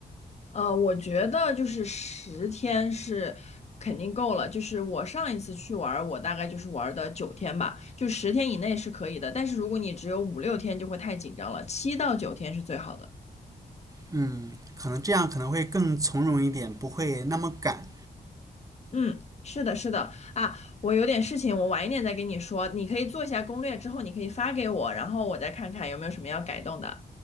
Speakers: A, on the left (about 40°); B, on the right (about 20°).
A: 呃，我觉得就是十天是肯定够了。就是我上一次去玩儿，我大概就是玩儿的九天吧，就十天以内是可以的。但是如果你只有五六天，就会太紧张了，七到九天是最好的。
B: 嗯，可能这样可能会更从容一点，不会那么赶。
A: 嗯，是的，是的啊，我有点事情，我晚一点再跟你说。你可以做一下攻略，之后你可以发给我，然后我再看看有没有什么要改动的。